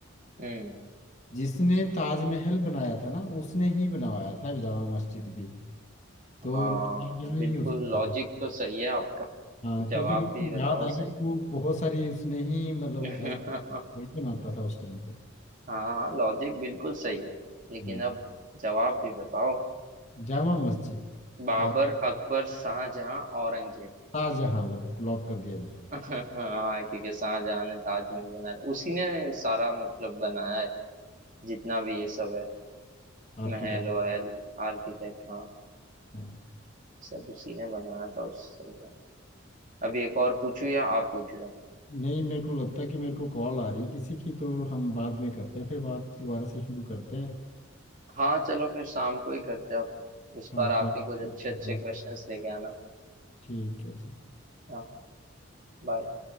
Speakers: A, on the right; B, on the left.
A: हम्म
B: जिसने ताजमहल बनाया था ना उसने ही बनवाया था जामा मस्जिद भी तो
A: हाँ
B: शायद यह
A: बिल्कुल
B: ही हो सकता
A: लॉजिक
B: है
A: तो सही है आपका
B: हाँ
A: जवाब
B: क्योंकि मेरे
A: भी
B: को
A: बताओ
B: याद है
A: सही
B: कि वो बहुत सारी उसने ही मतलब
A: <laughs>
B: ऐसे वही बनाता था उस टाइम पे
A: हाँ लॉजिक बिल्कुल सही है लेकिन
B: हम्म।
A: अब जवाब भी बताओ
B: जामा मस्जिद
A: बाबर
B: का
A: अकबर शाहजहां औरंगजेब
B: ताजहां लग लॉक कर दिया जाए
A: <laughs> हाँ क्योंकि शाहजहां ने ताजमहल बनाया उसी ने सारा मतलब बनाया है जितना भी ये सब है
B: आर्किटेक्ट
A: महल वहल आर्किटेक्ट हाँ
B: हाँ
A: सब उसी ने बनाया था उस समय अभी एक और पूछूं या आप पूछ रहे हो
B: नहीं मेरे को लगता है कि मेरे को कॉल आ रही है किसी की तो हम बाद में करते हैं फिर बात दोबारा से शुरू करते हैं
A: हाँ चलो फिर शाम को ही करते हैं अब इस
B: हाँ
A: बार आप
B: बात-
A: भी कुछ अच्छे अच्छे क्वेश्चंस लेके आना
B: ठीक है जी
A: हाँ बाय